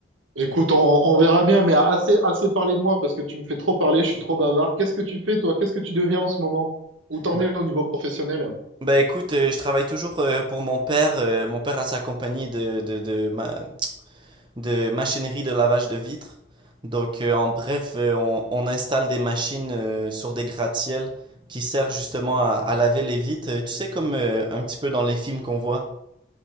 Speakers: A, on the right; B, on the right.
A: Écoute, on, on verra bien, mais assez, assez parlé de moi parce que tu me fais trop parler, je suis trop bavard. Qu'est-ce que tu fais, toi? Qu'est-ce que tu deviens en ce moment? Où t'en
B: ben
A: es au niveau professionnel?
B: bah, écoute, euh, je travaille toujours euh, pour mon père. euh, mon père a sa compagnie de, de, de ma- de machinerie de lavage de vitres. Donc, euh, en bref, euh, on, on installe des machines euh, sur des gratte-ciels qui servent justement à, à laver les vitres. Euh, Tu sais, comme euh, un petit peu dans les films qu'on voit.